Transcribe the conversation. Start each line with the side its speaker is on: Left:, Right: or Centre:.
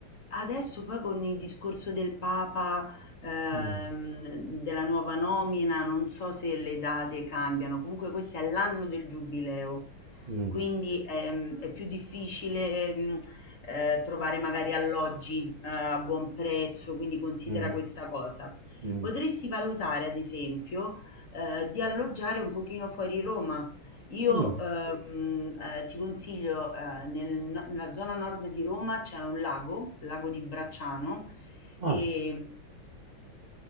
Left: adesso poi con il discorso del Papa, ehm,
Right: Mm,
Left: della nuova nomina, non so se le date cambiano, comunque questo è l'anno del giubileo.
Right: mm,
Left: Quindi, ehm, è più difficile, mhmm, ehm, eh, trovare magari alloggi, ehm, a buon prezzo, quindi considera
Right: mm,
Left: questa cosa.
Right: mm,
Left: Potresti valutare ad esempio, ehm, di alloggiare un pochino fuori Roma. Io,
Right: mm.
Left: ehm, ehm, ti consiglio, ehm, nel no nella zona nord di Roma c'è un lago, lago di Bracciano,
Right: Ah,
Left: ehm